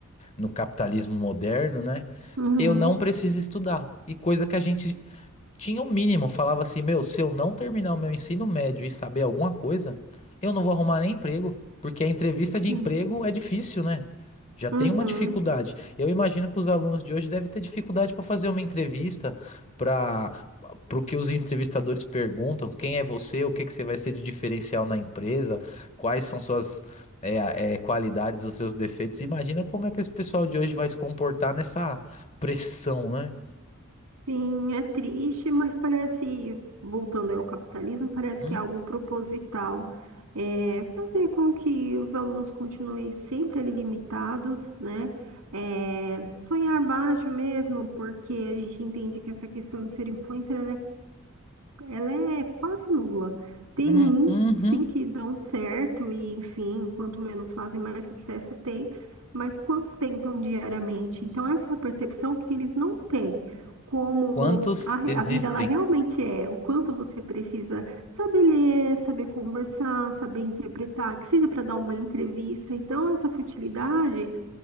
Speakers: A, on the left (about 30°); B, on the right (about 80°).
A: no capitalismo moderno, né?
B: uhum,
A: Eu não preciso estudar. E coisa que a gente tinha o mínimo, falava assim, meu, se eu não terminar o meu ensino médio e saber alguma coisa, eu não vou arrumar nem emprego, porque a entrevista de
B: sim.
A: emprego é difícil, né? Já tem
B: Uhum.
A: uma dificuldade. Eu imagino que os alunos de hoje devem ter dificuldade para fazer uma entrevista, para para o que os entrevistadores perguntam, quem é você, o que que você vai ser de diferencial na empresa, quais são suas é, é, qualidades, os seus defeitos. Imagina como é que esse pessoal de hoje vai se comportar nessa pressão, né?
B: Sim, é triste, mas parece, voltando aí ao capitalismo, parece
A: Hum,
B: que é algo proposital. É fazer com que os alunos continuem sempre ali limitados, né? É, sonhar baixo mesmo, porque a gente entende que essa questão de ser influencer, ela é ela é quase nula. Tem
A: hum,
B: uns,
A: uhum.
B: sim, que dão certo e, enfim, quanto menos fazem, mais sucesso tem, mas quantos tentam diariamente? Então, essa é a percepção que eles não têm, como
A: Quantos
B: a, re-
A: existem?
B: a vida ela realmente é, o quanto você precisa saber ler, saber conversar, saber interpretar, que seja para dar uma entrevista. Então, essa futilidade.